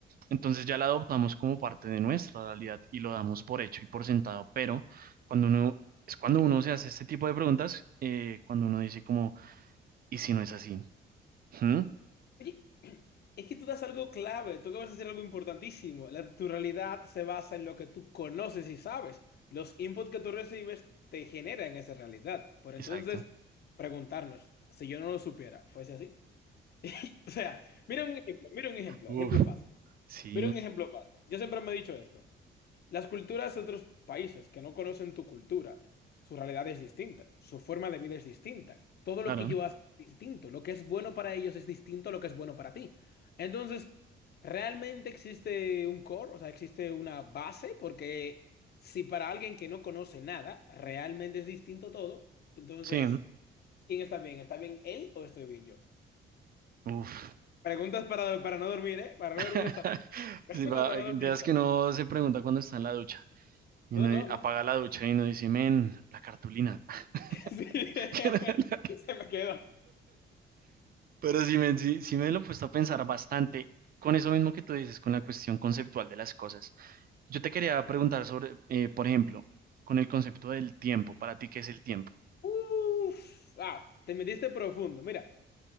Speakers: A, on the right; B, on the left.
A: Entonces ya la adoptamos como parte de nuestra realidad y lo damos por hecho y por sentado, pero cuando uno, es cuando uno se hace este tipo de preguntas, eh, cuando uno dice como, ¿y si no es así? ¿Mm?
B: Oye, es que tú das algo clave, tú acabas de decir algo importantísimo. La, tu realidad se basa en lo que tú conoces y sabes. Los inputs que tú recibes te generan esa realidad. Por entonces,
A: Exacto.
B: preguntarnos, si yo no lo supiera, ¿fuese así? <laughs> O sea, mira un ejemplo, mira un ejemplo,
A: Uf,
B: ejemplo fácil.
A: Sí,
B: Mira un ejemplo fácil. Yo siempre me he dicho esto. Las culturas de otros países que no conocen tu cultura, su realidad es distinta, su forma de vida es distinta, todo
A: claro.
B: lo que yo hago es distinto, lo que es bueno para ellos es distinto a lo que es bueno para ti. Entonces, ¿realmente existe un core? O sea, ¿existe una base? Porque si para alguien que no conoce nada, realmente es distinto todo, entonces,
A: Sí.
B: ¿quién está bien? ¿Está bien él o estoy bien yo?
A: Uf.
B: Preguntas para, para no dormir, ¿eh? Para no
A: <laughs>
B: dormir esta vez. <laughs> Preguntas
A: Sí, va,
B: para
A: de
B: no dormir
A: esas
B: esta
A: que
B: vez.
A: uno se pregunta cuando está en la ducha. Y
B: No,
A: uno
B: no,
A: di-
B: no.
A: apaga
B: <laughs>
A: la ducha y uno dice, men, la cartulina.
B: Sí. <laughs>
A: <laughs>
B: Se me quedó.
A: Pero sí, men, sí, sí me lo he puesto a pensar bastante con eso mismo que tú dices, con la cuestión conceptual de las cosas. Yo te quería preguntar sobre, eh, por ejemplo, con el concepto del tiempo. ¿Para ti qué es el tiempo?
B: Uf, wow, te metiste profundo. Mira,